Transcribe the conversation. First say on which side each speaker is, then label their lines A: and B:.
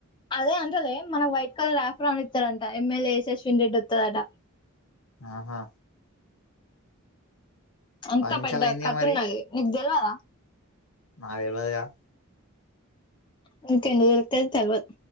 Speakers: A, on the left; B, on the left.
A: అదే అంటలే మనకు వైట్ కలర్ యాఫ్రాన్ ఇస్తారంట ఎమ్మెల్యే అశవిన్ రెడ్డి వస్తదట
B: ఆహా
A: అంత
B: పది నిమిషాలు
A: పెద్ద
B: అయిందిగా
A: కత్తఉన్నది
B: మరి
A: నీకై తెల్ వాదా
B: నాకు తెలవదు గా
A: నీకెందుకు తెలుస్తది తెల్వదు